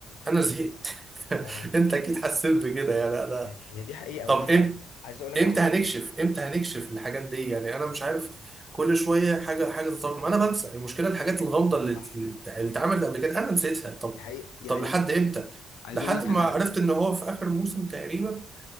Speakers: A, on the right; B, on the left.
A: أنا زهقت <laughs>
B: اه
A: أنت أكيد حسيت بكده يعني أنا
B: هي هي دي حقيقة
A: طب
B: وحتى
A: إمتى
B: عايز اقول لك
A: امتى
B: على حاجة
A: هنكشف امتى هنكشف الحاجات دي يعني انا مش عارف كل شويه حاجه حاجه تتراكم انا بنسى المشكله الحاجات الغامضه اللي
B: صح
A: اللي اتعملت قبل كده انا نسيتها طب
B: دي حقيقة دي
A: طب
B: حقيقة
A: لحد امتى
B: عايز
A: لحد
B: اقول لك
A: ما
B: انا
A: عرفت ان هو في اخر موسم تقريبا